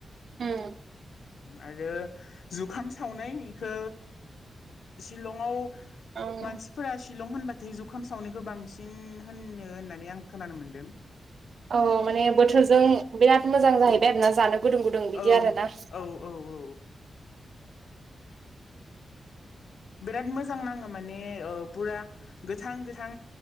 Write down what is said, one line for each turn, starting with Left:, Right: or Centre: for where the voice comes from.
Right: ह
Left: आरो जुखाम सावनाय बेखौ सिलंआव
Right: उम
Left: मानसिफोरा शिलं होनब नाथाय जुखाम सावनायखौ बांसिन होननो होननानै आं खोनानो मोनदों।
Right: औ माने बोथोरजों बिराद मोजां जाहैबाय आरोना जानो गुदुं गुदुं बिदि
Left: औ
Right: आरो ना
Left: औ औ बिराद मोजां नाङो माने फुरा गोथां गोथां